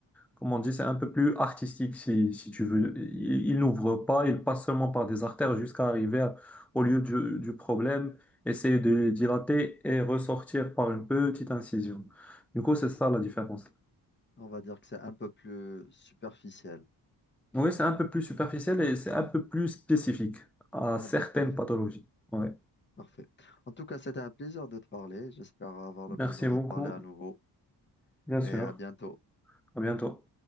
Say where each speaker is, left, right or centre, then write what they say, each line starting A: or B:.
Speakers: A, in the centre; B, on the left.
A: comment on dit, c'est un peu plus artistique si, si tu veux. Il, il n'ouvre pas, il passe seulement par des artères jusqu'à arriver à- au lieu du, du problème, essayer de le dilater et ressortir par une petite incision. Du coup, c'est ça la différence.
B: On va dire que c'est un peu plus superficiel.
A: Oui, c'est un peu plus superficiel et c'est un peu plus spécifique à
B: Ah
A: certaines
B: ben, parfait,
A: pathologies. Ouais.
B: parfait. En tout cas, c'était un plaisir de te parler. J'espère avoir l'occasion
A: Merci
B: de
A: beaucoup.
B: te parler à nouveau
A: Bien
B: et
A: sûr.
B: à bientôt.
A: À bientôt.